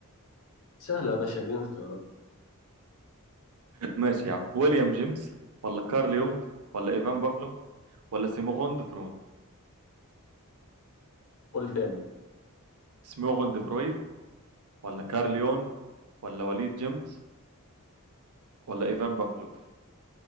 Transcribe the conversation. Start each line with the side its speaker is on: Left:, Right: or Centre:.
Left: سهلة يا باشا اديني اختيارات
Right: ماشي يا عم ويليام جيمس ولا كارل يونغ ولا إيفان بافلوم ولا سيموغوند فرويد
Left: قول تاني
Right: سيموغوند فرويد ولا كارل يونغ ولا وليد جيمس ولا إيفان بافلوف